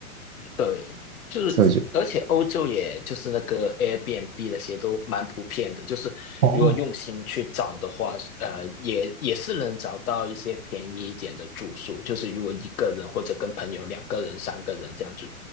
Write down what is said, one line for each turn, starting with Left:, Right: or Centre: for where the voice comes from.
Left: 对，就是而且欧洲也就是那个
Right: 所以我觉得
Left: Airbnb 那些都蛮普遍的，就是如果用心去找的话，
Right: 哦，
Left: 呃，也也是能找到一些便宜一点的住宿。就是如果一个人或者跟朋友两个人、三个人这样子